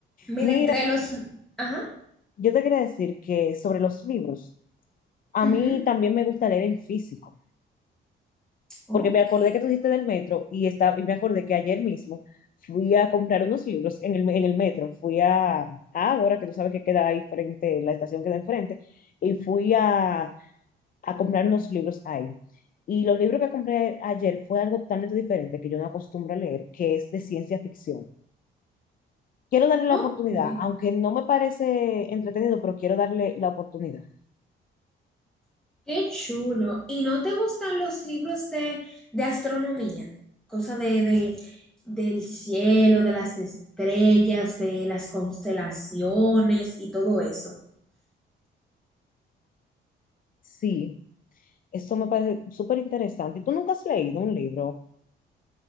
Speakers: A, in the centre; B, on the left.
A: Mira,
B: Mira,
A: entre los... Ajá.
B: yo te quería decir que sobre los libros, a
A: ujú.
B: mí también me gusta leer en físico.
A: Ok,
B: porque me acordé que tú dijiste del metro y, está, y me acordé que ayer mismo fui a comprar unos libros en el, en el metro. Fui a, ahora que tú sabes que queda ahí frente, la estación queda enfrente, y fui a, a comprar unos libros ahí. Y los libros que compré ayer fue algo totalmente diferente que yo no acostumbro a leer, que es de ciencia ficción. Quiero darle la
A: ok.
B: oportunidad, aunque no me parece entretenido, pero quiero darle la oportunidad.
A: Qué chulo. ¿Y no te gustan los libros de, de astronomía? Cosa de, de- del cielo, de las estrellas, de las constelaciones y todo eso.
B: Sí, esto me parece súper interesante. ¿Tú nunca has leído un libro